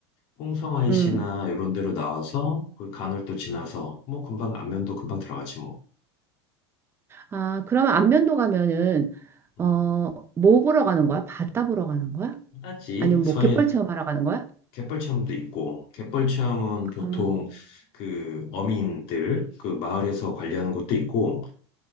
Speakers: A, on the left; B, on the right.
A: 홍성 IC나
B: 음.
A: 이런 데로 나와서 그 간을 도 지나서 뭐 금방 안면도 금방 들어가지 뭐.
B: 아, 그러면 안면도 가면은
A: 음,
B: 어, 뭐 보러 가는 거야? 바다 보러 가는 거야?
A: 편하지.
B: 아니면 뭐
A: 서해
B: 갯벌 체험하러 가는 거야?
A: 갯벌 체험도 있고 갯벌 체험은 보통
B: 음.
A: 그 어민들 그 마을에서 관리하는 것도 있고